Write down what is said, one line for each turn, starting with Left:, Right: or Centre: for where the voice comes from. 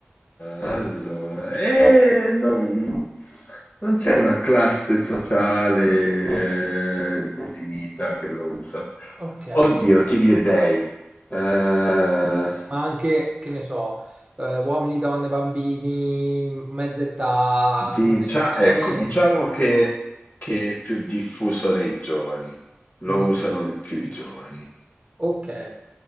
Left: allora, eh, non, non c'è una classe sociale eh, definita che lo usa.
Right: Ok.
Left: Oddio, ti direi, eh,
Right: ma anche, che ne so, eh, uomini, donne, bambini, mezza età,
Left: dicia-
Right: non necessariamente.
Left: ecco, diciamo che, che è più diffuso nei giovani, lo
Right: Nature.
Left: usano di più i giovani,
Right: Ok.